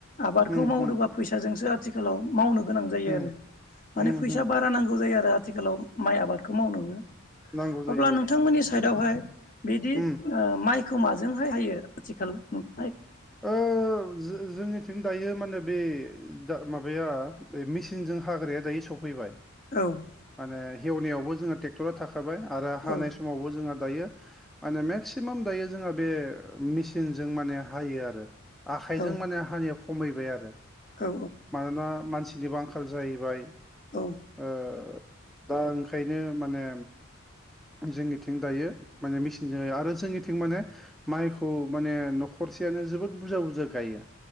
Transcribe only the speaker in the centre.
उम
उम
उम
उम
उम
नांगौ जायो
औ
उम
ओ जो जोंनिथिं दायो माने बे दा माबाया बे मेसिनजों हाग्राया दायो सफैबाय ।
माने हेवनायावबो जोङा ट्रेक्टरा थाखाबाय आरो हानाय
समावबो जोंहा दायो माने मेक्सिमाम दायो जोंहा बे मेसिनजों माने हायो आरो । आखाइजों
माने हानिया खमायबाय आरो
मानोना मानसिनिबो आंखाल जाहैबाय । ओ
दा ओंखायनो माने जोंनिथिं दायो माने मेसिनजों आरो जोंनिथिं माने माइखौ माने न'खर सेयानो जोबोद बुरजा- बुरजा गायो